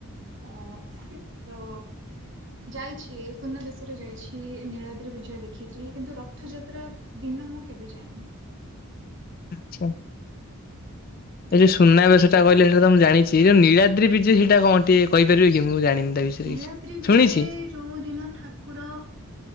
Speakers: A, on the right; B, on the left.
A: ଅ ତ ଯାଇଛି ସୁନାବେେଶରେ ଯାଇଛି। ଇଏ ନୀଳାଦ୍ରି ବିଜୟ ଦେଖିଛି କିନ୍ତୁ ରଥଯାତ୍ରା ଦିନ ମୁଁ କେବେ ଯାଇନି।
B: ଆଛା
A: ଆଜ୍ଞା।
B: ଏ ଯୋଉ ସୁନା ବେଶ ଟା କହିଲେ ସେଟା ତ ମୁଁ ଜାଣିଚ୍। ସେ ଯେଉଁ ନୀଳାଦ୍ରି ବିଯେ ସେଟା କଣ ଟିକଏ କହିପାରିବେ କି ମୁଁ ଜାଣିନି। ତା ବିଷୟରେ
A: ନୀଳାଦ୍ରି
B: କିଛି।
A: ବିଜେ
B: ଶୁଣିଛି।
A: ଯୋଉ ଦିନ ଠାକୁର